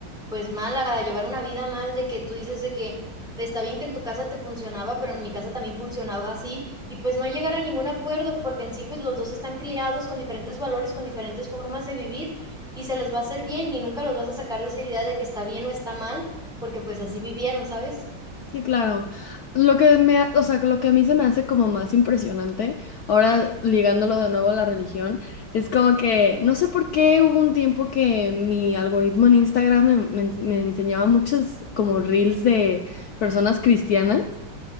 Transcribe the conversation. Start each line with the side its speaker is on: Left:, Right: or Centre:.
Centre: pues mal, a llevar una vida mal, de que tú dices de que está bien que en tu casa te funcionaba, pero en mi casa también funcionaba así, y pues no llegar a ningún acuerdo, porque en sí, pues los dos están criados con diferentes valores, con diferentes formas de vivir, y se les va a hacer bien, y nunca los vas a sacar de esa idea de que está bien o está mal, porque pues así vivieron, ¿sabes?
Left: Sí, claro. Lo que me, ha- o sea, que lo que a mí se me hace como más impresionante, ahora ligándolo de nuevo a la religión, es como que no sé por qué hubo un tiempo que mi algoritmo en Instagram me, me me enseñaba muchos como reels de personas cristianas.